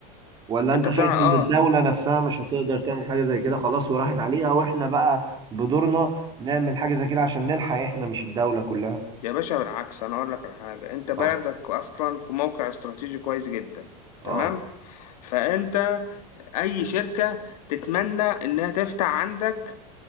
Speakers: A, on the right; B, on the left.
A: ولا
B: انت
A: انت شايف
B: تع
A: ان
B: اه
A: الدولة نفسها مش هتقدر تعمل حاجة زي كده خلاص وراحت عليها واحنا بقى بدورنا نعمل حاجة زي كده عشان نلحق احنا مش الدولة كلها
B: يا باشا بالعكس انا اقول لك على حاجة انت بلدك
A: اه
B: اصلا في موقع استراتيجي كويس جدا
A: اه
B: تمام فانت اي شركة تتمنى انها تفتح عندك